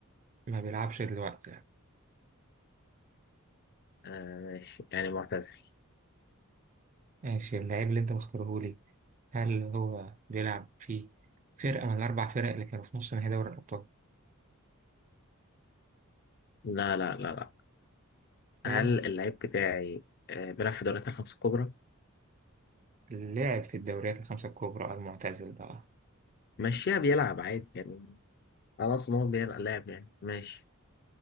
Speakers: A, on the right; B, on the left.
A: ما بيلعبش دلوقتي يعني
B: آه ماشي يعني معتزل
A: ماشي اللعيب اللي انت مختاره لي هل هو بيلعب في فرقه من الاربع فرق اللي كانوا في نص نهائي دوري الابطال
B: لا لا لا لا
A: هل
B: هل اللعيب بتاعي آه بيلعب في الدوريات الخمس الكبرى؟
A: لعب في الدوريات الخمسه الكبرى المعتزل ده
B: ماشيها بيلعب عادي يعني خلاص إن هو بيلعب لاعب يعني ماشي